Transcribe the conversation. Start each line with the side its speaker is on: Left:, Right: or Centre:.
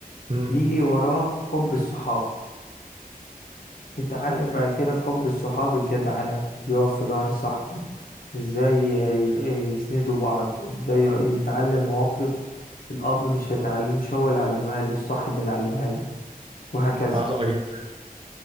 Right: مم.
Left: يجي وراه حب الصحاب يتعلم بعد كده في حب الصحاب الجدعنة يقف في ظهر صاحبه ازاي ي- ي- يسندوا بعض ازاي ي- يتعلم مواقف الاب مش هيتعلم مش هو اللي علمها له الصاحب اللي علمها له وهكذا
Right: عظمة جدا